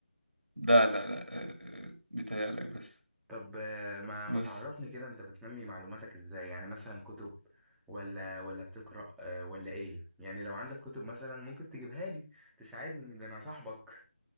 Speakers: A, on the right (about 80°); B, in the centre.
A: لا لا لا آه، آه، بيتهيألك بس
B: طب آه، ما
A: بص
B: ما تعرفني كده انت بتنمي معلوماتك ازاي يعني مثلا كتب ولا ولا بتقرأ آه، ولا ايه يعني لو عندك كتب مثلا ممكن تجيبها لي تساعدني ده انا صاحبك